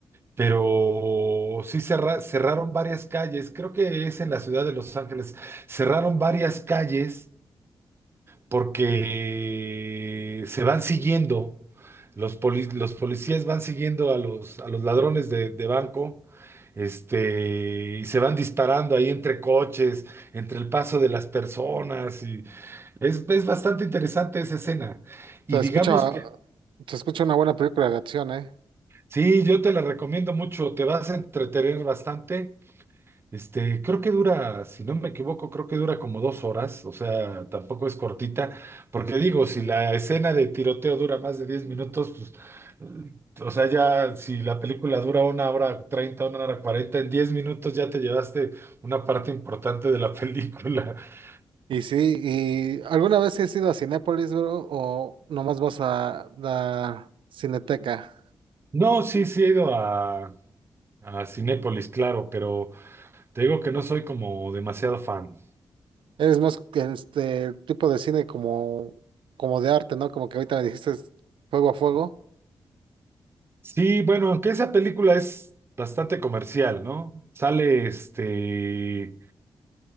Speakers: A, on the right; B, on the right.
A: pero sí cerra- cerraron varias calles. Creo que es en la ciudad de Los Ángeles. Cerraron varias calles porque se van siguiendo, los, poli- los policías van siguiendo a los, a los ladrones de, de banco, este, y se van disparando ahí entre coches, entre el paso de las personas, y es, es bastante interesante esa escena. Y
B: Se escucha,
A: digamos que,
B: se escucha una buena película de acción, ¿eh?
A: sí, yo te la recomiendo mucho, te vas a entretener bastante. Este, creo que dura, si no me equivoco, creo que dura como dos horas, o sea, tampoco es cortita, porque digo, si la escena de tiroteo dura más de 10 minutos, pues, eh, o sea, ya si la película dura una hora 30, una hora 40, en 10 minutos ya te llevaste una parte importante de la película. <laughs>
B: Y sí, ¿y alguna vez has ido a Cinépolis, bro? ¿O nomás vas a la Cineteca?
A: No, sí, sí he ido a, a Cinépolis, claro, pero te digo que no soy como demasiado fan.
B: Eres más que este el tipo de cine como, como de arte, ¿no? Como que ahorita me dijiste es fuego a fuego.
A: Sí, bueno, aunque esa película es bastante comercial, ¿no? Sale este...